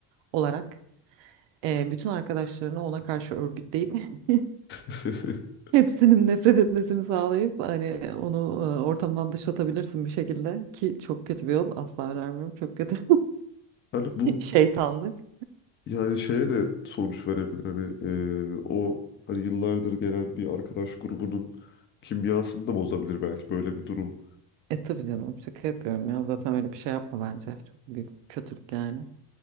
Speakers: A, on the right; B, on the left.
A: olarak e, bütün arkadaşlarını ona karşı örgütleyip <laughs>
B: <laughs>
A: Hepsinin nefret etmesini sağlayıp hani onu e, ortamdan dışlatabilirsin bir şekilde ki çok kötü bir yol asla önermiyorum çok kötü
B: Hani bu
A: <laughs> şeytanlık.
B: yani şeye de sonuç verebilir. Hani e, o hani yıllardır gelen bir arkadaş grubunun kimyasını da bozabilir belki böyle bir durum.
A: E tabii canım şaka yapıyorum ya zaten öyle bir şey yapma bence çok büyük kötülük yani.